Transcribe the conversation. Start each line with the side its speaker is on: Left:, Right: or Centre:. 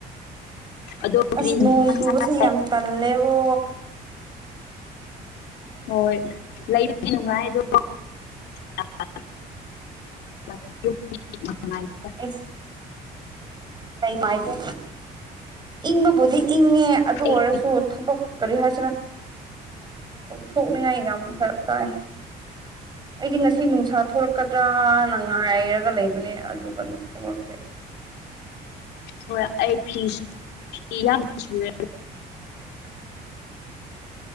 Left: ꯑꯗꯣ
Right: ꯑꯁ
Left: ꯀꯔꯤ ꯏꯟꯁꯥꯡ
Right: ꯅꯣꯡ ꯆꯨꯕꯁꯦ
Left: ꯆꯥꯏ
Right: ꯌꯥꯝ ꯇꯜꯂꯦꯕꯣ
Left: ꯍꯣꯏ ꯂꯩꯕꯗꯤ ꯅꯨꯡꯉꯥꯏ ꯑꯗꯣ <unintelligible> <unintelligible>
Right: ꯏꯁ ꯂꯩ ꯃꯥꯥꯏꯒꯦ ꯏꯪꯕꯕꯨꯗꯤ ꯏꯪꯉꯦ ꯑꯗꯨ
Left: ꯑꯩ
Right: ꯑꯣꯏꯔꯁꯨ ꯊꯕꯛ ꯀꯔꯤ ꯍꯥꯏꯁꯤꯔꯥ ꯇꯧꯊꯣꯛꯅꯤꯡꯉꯥꯏ ꯌꯥꯝ ꯐꯔꯛ ꯇꯥꯏ ꯑꯩꯗꯤ ꯉꯁꯤ ꯅꯨꯡ ꯅꯨꯡꯁꯥ ꯊꯣꯛꯂꯛꯀꯗ꯭ꯔꯅ ꯉꯥꯏꯔꯒ ꯂꯩꯕꯅꯦ ꯑꯗꯨꯒ ꯑꯗꯨꯝ ꯊꯣꯛꯂꯛꯇꯦ
Left: ꯍꯣꯏ ꯑꯩ ꯐꯤ ꯁꯨ ꯐꯤ ꯌꯥꯝ ꯁꯨꯔꯦ